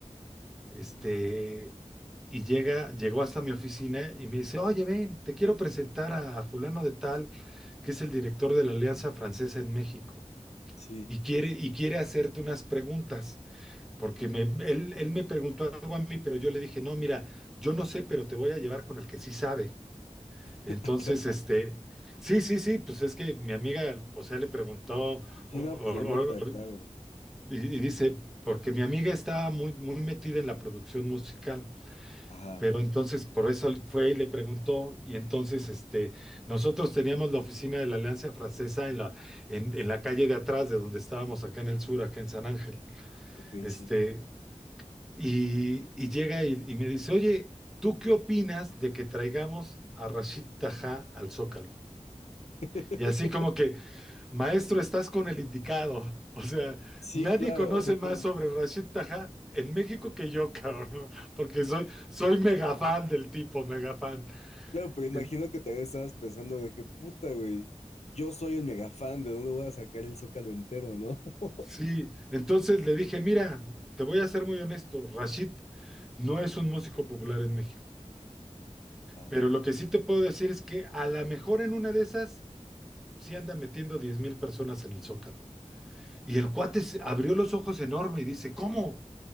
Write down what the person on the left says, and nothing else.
Sí,
sí,
sí.
<laughs>
Sí,
no, pues la neta,
claro.
Ajá,
ok,
sí.
<laughs>
Sí,
claro,
o sea,
pero,
claro, pero imagino
que también estabas pensando de que puta, güey, yo soy el mega fan, ¿de dónde voy a sacar el Zócalo entero, no? <laughs>
Ajá,